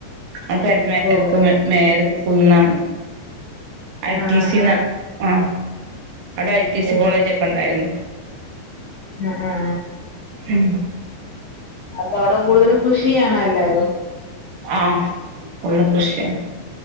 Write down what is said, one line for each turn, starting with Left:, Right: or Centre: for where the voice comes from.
Right: ആ പെര്ന്റെ മേലക്ക
Left: ഓ ഓ
Right: മേലക്ക് കുന്നാണ് ഐടിസിന
Left: ആഹ് ആഹ്
Right: ആ ഇവടെ ഐടിസി
Left: ഓ
Right: കോളേജ്ക്കെണ്ടായിരുന്നു
Left: അ അ ആ
Right: ഉം
Left: അപ്പൊ അവടെകൂടുതലും കൃഷിയാണൊ എല്ലാരും
Right: ആ ഫുള്ള് കൃഷിയാണ്